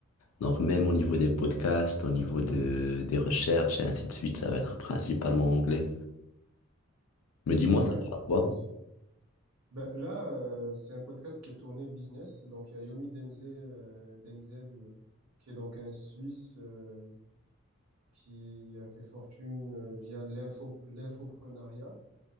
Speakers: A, on the left; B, on the right.
A: Donc même au niveau des podcasts, au niveau de, des recherches et ainsi de suite, ça va être principalement anglais. Mais dis-moi,
B: Ouais,
A: ça
B: ça
A: parle
B: fait
A: quoi?
B: sens. Ben, là, euh, c'est un podcast qui est tourné business. Donc, il y a Yomi Denzel, euh, Denzel euh, qui est donc un Suisse euh, qui a fait fortune euh, via l'info, l'infopreneuriat,